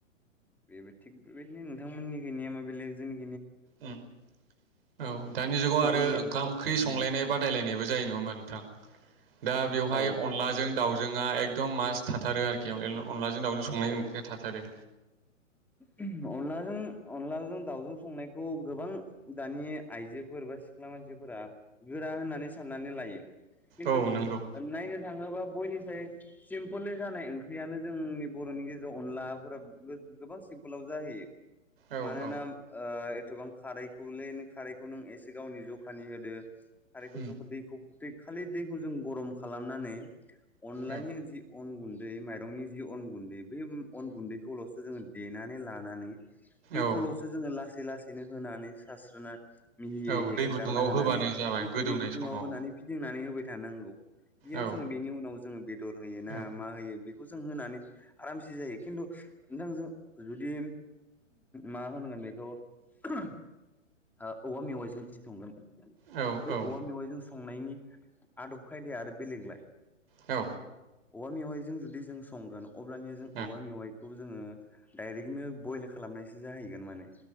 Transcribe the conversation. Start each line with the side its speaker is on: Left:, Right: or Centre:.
Centre: बेबो थिग बेबायदिनो नोंथांमोननि नेमा बेलेग जोंनि
Right: उम औ दानि जुगाव आरो
Centre: जोंनि
Right: ओंखाम ओंख्रि संलायनाय
Centre: उम
Right: बादायलायनाय जायो नङा होमबा नोंथां दा बेवहाय
Centre: औ
Right: अनलाजों दाउजोंआ दम मास थाथारो आरोखि अनलाजों दाउजों संनाय ओंख्रिया थाथारो।
Centre: अनलाजों अनलाजों दावजों संनायखौ गोबां दानि आइजोफोर बा सिख्ला मानसिफोरा गोरा होननानै साननानै लायो खिन्थु
Right: औ नंगौ
Centre: नायनो थाङोबा बयनिसाय सिम्पोल जानाय ओंख्रियानो जोंनि बर'नि गेजे अनलाफोरा गोबां सिम्पोलाव जाहैयो।
Right: औ
Centre: मानोना
Right: औ
Centre: ओ गोबां खारैखौलै नों खारैखौ नों एसे गावनि जखानि होदो। आरो एलखौ
Right: उम
Centre: जखौ दैखौ गथै खालि दैखौ जों गरम खालामनानै अनलानि
Right: औ
Centre: जि अन गुन्दै माइरंनि जि अन गुन्दै बे अन गुन्दैखौल'सो जोंङो देनानै लानानै बेखौल'सो
Right: औ
Centre: जोंङो लासै लासै लासैनो होनानै सास्रोनानै मिहि
Right: औ
Centre: हेगारना
Right: दै गुदुङाव
Centre: होनानै
Right: होबानो जाबाय
Centre: बे
Right: गोदौनाय
Centre: दै गुदुङाव
Right: समाव
Centre: होनानै फिदिंनानै होबाय थानांगौ बेयाव
Right: औ
Centre: जोंङो बेनि उनाव जोङो बेदर होयो ना
Right: औ
Centre: मा होयो बेखौ खौ जों होनानै आरामसे जायो खिन्थु नोंथां जों जुदि मा होनगोन बेखौ औवा ओ मेवाइजों जुदि संगोन
Right: औ
Centre: बेै
Right: औ
Centre: औवा मेवाइजों संनायनि आदब खायदाया आरो बेलेगलाय
Right: औ
Centre: औवा मेवाइजों जुदि जों संगोन अब्लानिया जों
Right: औ
Centre: औवा मेवाइखौ जोंङो डाइरेक्टनो बयल खालामनायसो जाहैगोन माने